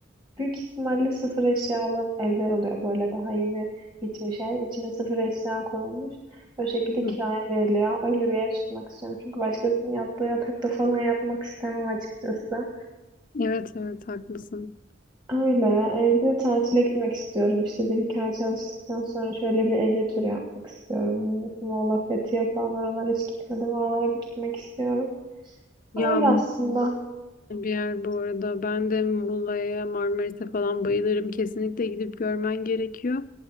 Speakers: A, on the right (about 25°); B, on the left (about 45°).
A: Büyük ihtimalle sıfır eşyalı evler oluyor böyle daha yeni bitmiş ev. İçine sıfır eşya koyulmuş. O şekilde
B: hı.
A: kiraya veriliyor. Öyle bir ev tutmak istiyorum. Çünkü başkasının yattığı yatakta falan yapmak istemem açıkçası.
B: Evet evet haklısın.
A: Öyle. Ee, bir de tatile gitmek istiyorum. İşte bir iki ay çalıştıktan sonra şöyle bir Ege turu yapmak istiyorum. Muğla, Fethiye falan oralara hiç gitmedim. Oralara bir gitmek istiyorum.
B: Ya
A: Öyle aslında.
B: bir yer bu arada. Ben de Muğla'ya, Marmaris'e falan bayılırım. Kesinlikle gidip görmen gerekiyor.